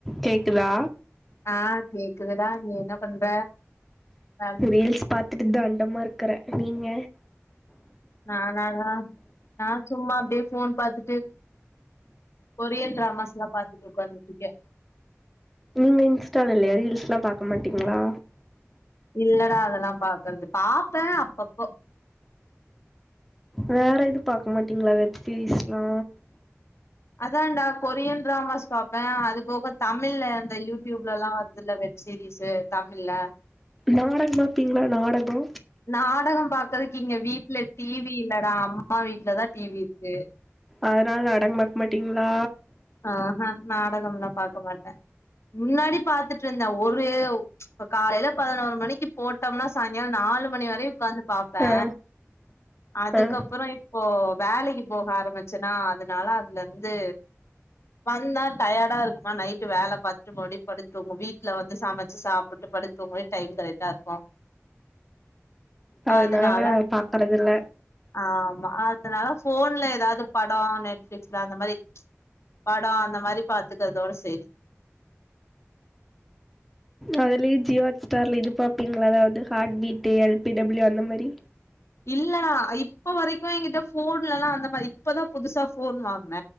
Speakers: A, in the centre; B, on the left.
A: கேக்குதா
B: ஆ கேக்குதுதா நீ என்ன பண்ற வேல்
A: ரீல்ஸ் பாத்துட்டு தண்டமா இர்க்குற நீங்க
B: நானா டா நா சும்மா அப்டியே ஃபோன் பாத்துட்டு கொரியன் ட்ரமாஸ்லா பாத்துட்டு உக்காந்துட்ருக்கே
A: நீங்க இன்ஸ்டால இல்லயா ரீல்ஸ்லா பாக்க மாட்டீங்ளா
B: இல்லடா அதல்லா பாக்கற்து பாப்போ அப்பப்போ
A: வேற எது பாக் மாட்டீங்ளா வெப் சீரிஸ்லா
B: அதான்டா கொரியன் ட்ராமாஸ் பாப்ப அது போக தமிழ்ல அந்த யூட்யூப்லல்லா வருதுல்ல வெ செரி சார் தாமில்ல
A: நாடக பாப்பீங்ளா நாடகோ
B: நாடக பாக்கற்துக்கு இங்க வீட்ல டி வி இல்லடா அம்மா வீட்ல தா டி வி இருக்கு
A: அதனால நாடகங் பாக் மாட்டீங்ளா
B: அ ஹ நாடகம்லா பாக்க மாட்ட முன்னாடி பாத்துட்ருந்த ஒரு இப்ப காலைல பதுனோரு மணிக்கி போட்டம்னா சாங்கால நாலு மணிவர உக்காந்து பாப் ப
A: ஆ
B: அதுக்கப்புறோ
A: ஆ
B: இப் போ வேலக்கி போக ஆரம்மிச்சனா அதுனால அதுலர்ந்து வந்தா டயர்டா இருக்குமா நைட்டு வேல பாத்துட்டு மறுவ்டி படுத்து தூங்கு வீட்ல வந்து சமச்சு சாப்புட்டு படுத் தூங்கவே டைம் கரெக்டா இருக்கு
A: அதுனால
B: அதனால
A: பாக்குறதுல
B: ஆமா அதுனால ஃபோன்ல எதாவ்து படோ நெட்ஃபிளிக்ஸ்ல அந்த மரி படோ அந்த மாரி பாத்துக்கற்தோட செரி
A: அதுலியே ஜியோ ஹாட் ஸ்டார்ல இது பாப்பீங்ளா அதாவ்து hot beat L B W அந்த மரி
B: இல்லனா இப்ப வரக்கு ஏங்கிட்ட ஃபோன்லா மாரி இப்பதா புதுசா ஃபோன் வாங்ன